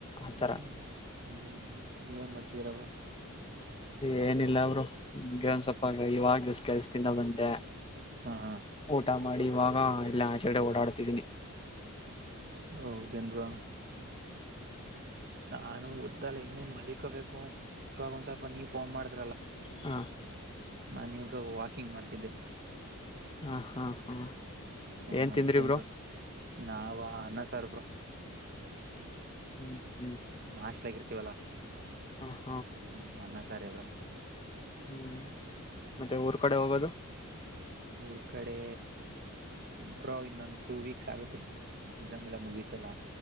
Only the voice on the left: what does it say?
ಆತರ
ಏನಿಲ್ಲ ಅವರು ನಿಗೆ ಒಂದ್ ಸ್ವಪ್ಪ ಇವಾಗ ಜಷ್ಟ ಕೆಲ್ಸ ತಿಿನ ಬಂದೆ
ಊಟ ಮಾಡಿ ಇವಾಗ ಇಲ್ಲ ಆಚೆಡೆ ಓಡಾಡ್ತಿದ್ದೀನಿ
ಹ
ಹಾ ಹಾ ಹಾ
ಏನ್ ತಿಂದ್ರಿ
ಹ್ಮ್ ಹ್ಮ್
ಹಾ
ಹ್ಮ್ ಮತ್ತೆ ಊರ್ ಕಡೆ ಹೋಗೋದು